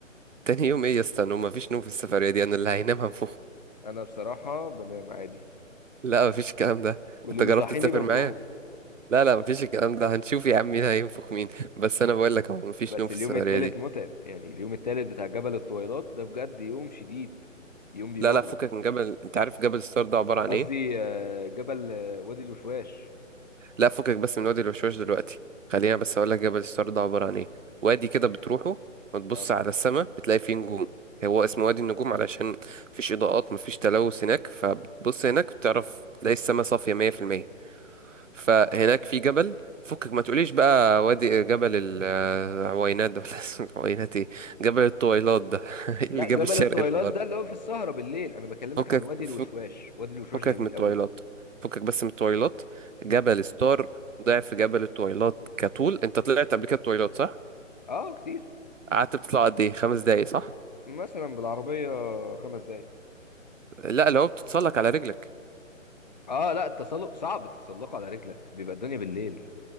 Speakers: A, on the right; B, on the left.
A: تاني يوم ايه يا اسطى نوم مفيش نوم في السفريه دي انا اللي هينام هنفخه
B: انا بصراحة بنام عادي
A: لا مفيش الكلام ده
B: واللي
A: انت
B: بيصحيني
A: جربت تسافر
B: بنفخه
A: معايا لا لا مفيش الكلام ده هنشوف يا عم مين هينفخ مين بس انا بقول لك اهو مفيش
B: بس
A: نوم في
B: اليوم
A: السفريه
B: التالت
A: دي
B: متعب يعني اليوم التالت بتاع جبل الطويلات ده بجد يوم شديد يوم بيموت
A: لا لا فكك من جبل انت عارف جبل ستار ده عباره عن
B: قصدي
A: ايه
B: آه، جبل آه، وادي الوشواش
A: لا فكك بس من وادي الوشواش دلوقتي خلينا
B: مم.
A: بس اقول لك جبل ستار ده عباره عن ايه وادي كده بتروحه وتبص
B: اه
A: على السماء بتلاقي فيه نجوم هو اسمه وادي النجوم علشان مفيش اضاءات مفيش تلوث هناك فبتبص هناك بتعرف تلاقي السماء صافيه 100% فهناك في جبل فكك ما تقوليش بقى وادي جبل العوينات ده ولا <laughs> اسمه العوينات ايه جبل الطويلات ده <laughs> إيه
B: لا
A: اللي جاب
B: جبل
A: الشرق
B: الطويلات
A: للغرب
B: ده اللي هو في السهرة بالليل انا بكلمك
A: فكك
B: عن وادي
A: فك
B: الوشواش وادي الوشواش
A: فكك
B: جميل
A: من الطويلات
B: قوي
A: فكك بس من الطويلات جبل ستار ضعف جبل الطويلات كطول انت طلعت قبل كده الطويلات صح
B: اه كتير
A: قعدت بتطلع قد ايه خمس دقايق صح
B: مثلا بالعربية خمس دقايق
A: لا لو بتتسلق على رجلك
B: اه لا التسلق صعب تتسلقه على رجلك بيبقى الدنيا بالليل